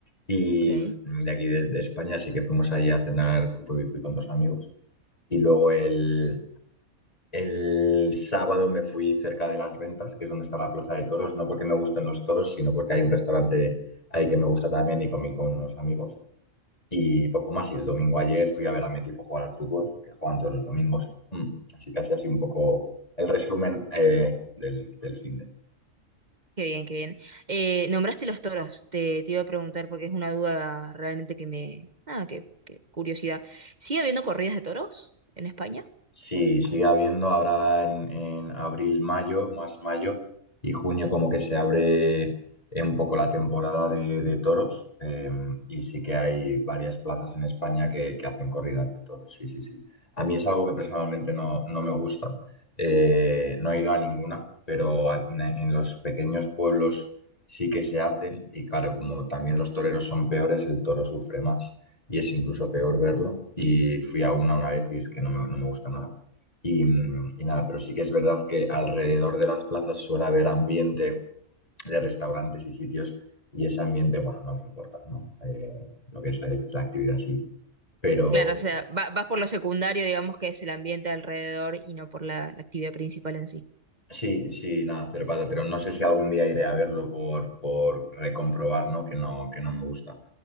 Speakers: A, on the left; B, on the right.
A: Y
B: Ok, qué
A: mm, de aquí de, de España, así que fuimos ahí a cenar, fui, fui con dos amigos. Y luego el... El sábado me fui cerca de Las Ventas, que es donde está la Plaza de Toros, no porque me gusten los toros, sino porque hay un restaurante ahí que me gusta también y comí con unos amigos. Y poco más, y el domingo ayer fui a ver a mi equipo jugar al fútbol, que juegan todos los domingos. Mm, Así que así, así un poco el resumen eh, del, del fin de
B: bien, qué bien. Eh, nombraste los toros, te, te iba a preguntar porque es una duda realmente que me... Nada, que, que curiosidad. ¿Sigue habiendo corridas de toros en España?
A: Sí, sigue habiendo ahora en, en abril, mayo, más mayo y junio como que se abre eh, un poco la temporada de, de toros eh, y sí que hay varias plazas en España que, que hacen corridas de toros, sí, sí, sí. A mí es algo que personalmente no, no me gusta, eh, no he ido a ninguna, pero a- en, en los pequeños pueblos sí que se hacen y claro, como también los toreros son peores, el toro sufre más y es incluso peor verlo. Y fui a una una vez y es que no me, no me gusta nada. Y, mm, y nada, pero sí que es verdad que alrededor de las plazas suele haber ambiente de restaurantes y sitios y ese ambiente, bueno, no me importa, ¿no? Eh, lo que es la, es la actividad, sí. Pero,
B: Claro, o sea, va- vas por lo secundario, digamos, que es el ambiente alrededor y no por la, la actividad principal en sí.
A: Sí, sí, nada, cero pataterón. No sé si algún día iré a verlo por, por recomprobar, ¿no? Que no, que no me gusta.